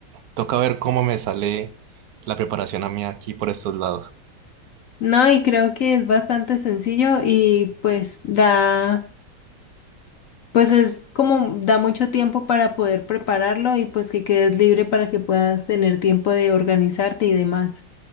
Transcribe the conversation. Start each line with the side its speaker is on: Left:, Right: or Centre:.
Right: Toca ver cómo me sale la preparación a mí aquí por estos lados.
Left: No, y creo que es bastante sencillo y pues da, pues es como da mucho tiempo para poder prepararlo y pues que quedes libre para que puedas tener tiempo de organizarte y demás.